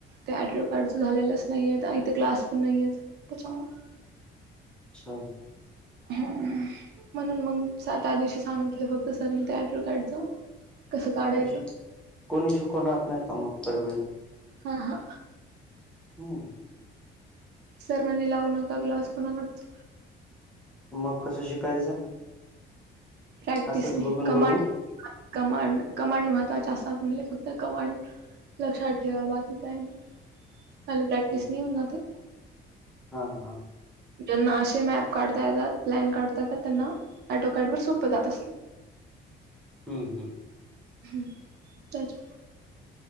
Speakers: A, on the right (about 60°); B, in the centre.
A: ते ॲड्रो कार्ड झालेलेच नाही आहेत आ इथे क्लास पण नाही आहेत त्याच्यामुळं.
B: अच्छा.
A: हम्म हम्म म्हणून मग सातहा दिवशी सांगितलं होतं सरनी त्या ॲट्रो कार्डचा. कसं काढायचं?
B: शिक- कोणी शिकवणार नाही का मग परमे
A: का हा.
B: हम्म.
A: सर म्हणजे लावू नका क्लास कोणाकडच.
B: मग कसं शिकायचं?
A: प्रॅक्टिसने
B: असंच बघून
A: कमांड
B: बघून
A: <inaudible> कमांड कमांड महत्वाचे असतात म्हणले फक्त कमांड लक्षात ठेवा बाकी काय नाही हलक्या टीसनी
B: हम्म.
A: होऊन जाते.
B: हा हा.
A: ज्यांना अशे मॅप काढता येतात प्लॅन काढता येतात त्यांना ॲडोकार्ड वर सोपं जात असते.
B: हम्म हम्म.
A: हम्म त्याचा